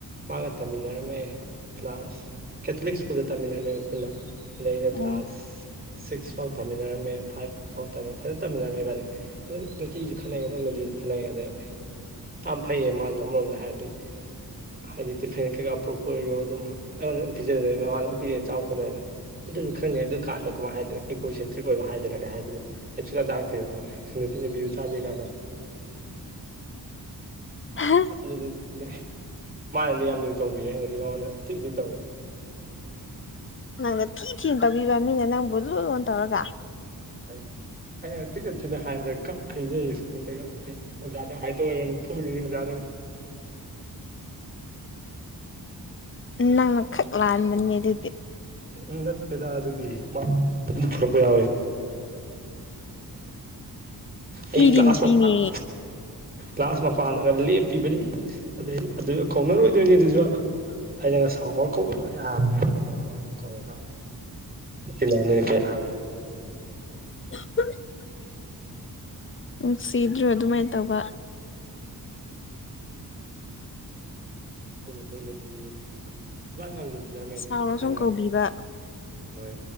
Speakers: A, on the right; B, on the left.
A: ꯃꯥꯒ ꯇꯝꯃꯤꯟꯅꯔ ꯀ꯭ꯂꯥꯁ ꯀꯦꯊꯂꯤꯛ ꯁ꯭ꯀꯨꯜꯗ ꯇꯝꯃꯤꯟꯅꯃꯦ ꯄꯨꯟꯅ ꯑꯗꯩ ꯑꯩꯅ
B: ꯎꯝ
A: ꯀ꯭ꯂꯥꯁ ꯁꯤꯛꯁ ꯐꯥꯎ ꯇꯝꯃꯤꯟꯅꯔꯝꯃꯦ ꯐꯥꯏꯚ ꯐꯥꯎ ꯊꯝꯃꯦ ꯐꯖꯅ ꯇꯝꯃꯤꯟꯅꯔꯝꯃꯦ ꯏꯕꯥꯅꯤ ꯑꯗꯨꯝ ꯅꯆꯦꯁꯨ ꯈꯅꯩꯌꯦꯗꯝ ꯅꯠꯇꯦꯁꯨ ꯐꯨꯅꯩ ꯑꯗꯩ ꯌꯥꯝ ꯐꯩꯌꯦ ꯃꯥꯁꯨꯣ ꯑꯃꯔꯣꯝꯗ ꯍꯥꯏꯔꯗꯤ ꯍꯥꯏꯗꯤ ꯇꯤꯐꯤꯟ ꯀꯩꯀꯥ ꯄ꯭ꯔꯨꯞꯄ ꯑꯣꯏꯔꯣ ꯑꯗꯨꯝ ꯑꯩꯉꯣꯟꯗ ꯑꯗꯨꯝ ꯄꯤꯖꯗꯣꯏ ꯃꯃꯥꯗ ꯑꯗꯨꯝ ꯄꯤꯔꯦ ꯆꯥꯎꯔ ꯈꯣꯠꯇꯣꯏꯅ ꯑꯗꯨꯁꯨ ꯈꯪꯅꯦ ꯑꯗꯨꯀꯥꯟꯗ ꯀꯃꯥꯏꯅ ꯍꯥꯏꯗꯅ ꯏꯀꯣ ꯁꯦꯟꯇ꯭ꯔꯤꯛ ꯑꯣꯏꯕ ꯍꯥꯏꯗꯣꯏꯔꯒꯦ ꯍꯥꯏꯗꯅꯣ ꯍꯆꯂꯖꯥꯛꯦ ꯅꯄꯤꯅꯦ ꯕꯤꯌ ꯆꯗꯦ ꯀ
B: ꯍꯥ
A: ꯌꯥꯝꯤ ꯃꯥꯅꯗꯤ ꯌꯥꯝ ꯂꯨ ꯇꯧꯕꯤ ꯑꯩꯅꯗꯤ ꯃꯉꯣꯟꯗ ꯊꯤꯗꯤꯤ ꯇꯧꯏ
B: ꯅꯪꯅ ꯊꯤ ꯊꯤꯅ ꯇꯧꯕꯤꯕ ꯃꯤꯅ ꯅꯪꯕꯨ ꯂꯨ ꯂꯣꯟ ꯇꯧꯔꯒ
A: ꯍꯣꯏ ꯑꯩꯅ ꯊꯤꯅ ꯊꯤꯅ ꯍꯥꯏꯕꯗ ꯀꯞꯈ꯭ꯔꯤꯅꯦ ꯁ꯭ꯀꯨꯜꯗꯒ ꯑꯣꯖꯥꯗ ꯍꯥꯏꯗꯣꯛꯑꯔꯒ ꯐꯔꯤꯅꯤ ꯑꯣꯖꯥꯗ
B: ꯅꯪꯅ ꯈꯛ ꯂꯥꯟꯕꯅꯦ ꯑꯗꯨꯗꯤ
A: ꯎ ꯅꯠꯇꯦꯗ ꯑꯗꯨꯗꯤ ꯃꯥ ꯑꯗꯨꯝ ꯊꯣꯔꯛꯄ ꯌꯥꯎꯋꯦ ꯑꯩ
B: ꯃꯤꯗꯤ
A: ꯀ꯭ꯂꯥꯁ
B: ꯅꯨꯄꯤꯅꯦ
A: ꯃ ꯐꯥꯗ ꯒ꯭ꯂꯥꯁ ꯃꯄꯥꯟꯒ ꯂꯦꯞꯄꯤꯕꯅꯤ ꯑꯗꯩ ꯑꯗꯨ ꯀꯧꯅꯔꯣꯏꯗꯣꯏꯅꯤ ꯑꯗꯨꯁꯨ ꯑꯩꯅ ꯉꯁꯥꯎ ꯀꯧꯕꯅꯅꯨꯡꯉꯥꯂ ꯑꯗꯨꯝ ꯀꯧꯋꯦ ꯐꯤꯂꯅꯦꯅ ꯀꯍꯥꯡꯉꯦ
B: <unintelligible> ꯅꯨꯡꯁꯤꯗ꯭ꯔꯣ ꯑꯗꯨꯃꯥꯏꯅ ꯇꯧꯕ
A: ꯑꯗꯨ ꯃꯇꯨꯡꯗꯗꯤ <unintelligible> ꯌꯥꯝ ꯂꯨ ꯇꯤꯟꯅꯔꯝꯃꯦ
B: ꯁꯥꯎꯔ
A: ꯍꯥꯟꯅ
B: ꯁꯨꯝ ꯀꯧꯕꯤꯕ
A: ꯍꯣꯏ